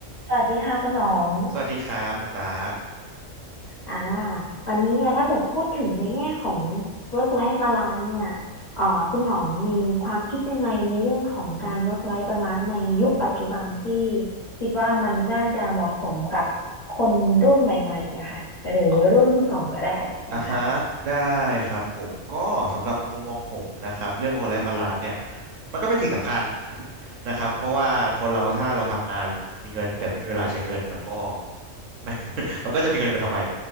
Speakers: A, on the left; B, on the right.
A: สวัสดีค่ะคุณหนอง
B: สวัสดีครับคุณตาก
A: อ่าวันนี้เนี่ยถ้าเกิดพูดถึงในแง่ของ work life balance เนี่ยเอ่าคุณหนองมีความคิดยังไงในเรื่องของการ work life balance ในยุคปัจจุบันที่คิดว่ามันน่าจะเหมาะสมกับคนรุ่นใหม่ๆอะค่ะหรือรุ่นคุณอ๋องก็ได้แบบเนี้ยค่ะ
B: อ่ะอ่าฮะได้ครับผมก็สำหรับในมุมมองผมนะครับเรื่อง work life balance เนี่ยมันก็เป็นสิ่งสำคัญ <laughs> นะครับเพราะว่าคนเราถ้าเราทำงานมีเงินแต่ไม่มีเวลาใช้เงินมันก็ <laughs> ไม่ <laughs> มันก็จะมีเงินไปทำไม